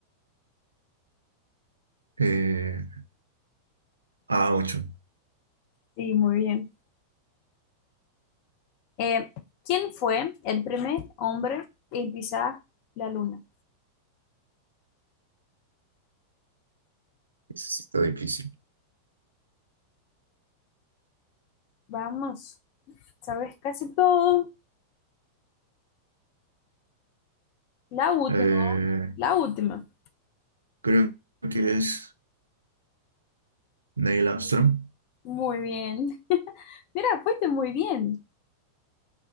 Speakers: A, on the right (about 80°); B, on the left (about 45°).
A: Eh, a ocho.
B: Sí, muy bien. Eh, ¿quién fue el primer hombre en pisar la luna?
A: ese sí está difícil.
B: Vamos, sabes casi todo. La última,
A: Eh,
B: la última.
A: creo que es Neil Armstrong.
B: Muy bien. <laughs> Mira, fuiste muy bien.